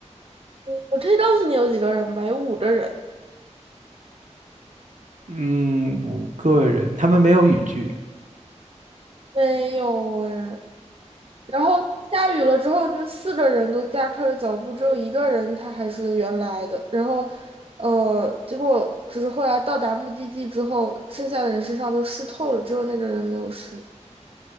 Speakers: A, on the right (about 50°); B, on the right (about 80°).
A: 我可以告诉你有几个人吧，有五个人，
B: 嗯，五个人，他们没有语句。
A: 没有哎，然后下雨了之后，那四个人都加快了脚步，只有一个人他还是原来的。然后，呃，结果只是后来到达目的地之后，剩下的人身上都湿透了，只有那个人没有湿，